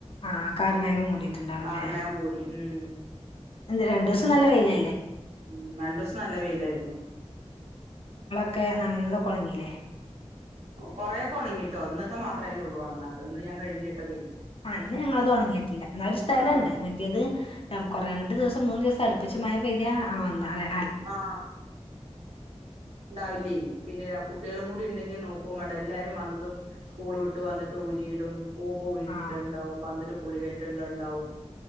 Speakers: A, on the left; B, on the right.
A: ആ കാർമേഘം മൂടിട്ട്ണ്ടാവുംല്ലേ
B: കാർമേഘം മൂടി ഉം
A: എന്തേ രണ്ടൂസം നല്ല വെയിലാ
B: ഉം രണ്ടൂസം നല്ല വെയിലായിരുന്നു.
A: ക്കെ നനഞ്ഞതക്കൊണങ്ങീലെ
B: കൊറേ ക്കെ ഒണങ്ങിട്ടോ ഇന്നത്തെ മാത്രന്നെള്ളൂ ഒണങ്ങാത്തെ ഇന്ന് ഞാൻ കഴ്കിയിട്ടതേ
A: ആ ഇന്ന് ഞങ്ങൾത് ഒണങ്ങിട്ടില്ല ഇന്നാലും സ്ഥലണ്ട്
B: ആഹ്
A: മറ്റേത് നാം കൊറ രണ്ടു ദിവസം മൂന്നു ദിവസം അട്പ്പിച്ച് മഴ പെയ്ത ആ ഒന്നാകെ
B: ആ ഇണ്ടാവില്ലേ പിന്നെ രാ കുട്ടികളും കൂടി ഇണ്ടെങ്കിൽ നോക്കേം വേണ്ട എല്ലാരും വന്നതും സ്കൂള് വിട്ട് വന്നട്ട് ഊരിയിടും. പോകുമ്പ ഊരിട്ടണ്ടാവും
A: ആഹ്
B: വന്നിട്ട് കുളി കഴിഞ്ഞിട്ടിള്ളത് ഇണ്ടാവും